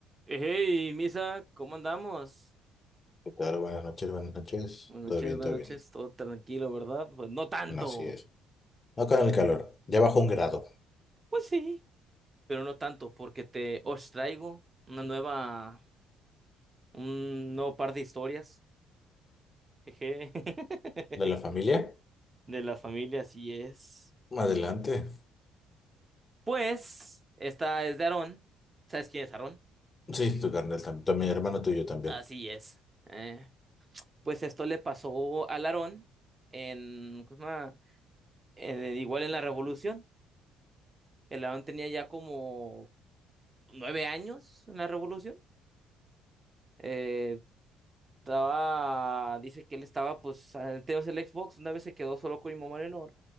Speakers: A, on the right; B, on the left.
A: Eh, Hey, Misa, ¿cómo andamos?
B: ¿Qué tal? Buenas noches, buenas noches.
A: Buenas noches,
B: Todo bien,
A: buenas
B: todo
A: noches,
B: bien.
A: todo tranquilo, ¿verdad? Pues no tanto,
B: Así es. No con el calor. Ya bajó un grado.
A: pues sí, pero no tanto, porque te os traigo una nueva, un nuevo par de historias, jeje, <laughs>
B: ¿De la familia?
A: de la familia, así es.
B: Más adelante.
A: Pues, esta es de Aarón, ¿sabes quién es Aarón?
B: Sí, tu carnal también. Tu- Mi hermano tuyo también.
A: Así es. Eh, pues esto le pasó al Aarón en, ¿cómo se llama? en- igual en la Revolución. El Aarón tenía ya como nueve años en la revolución. Eh, estaba, dice que él estaba, pues, antes el Xbox, una vez se quedó solo con mi mamá Leonor,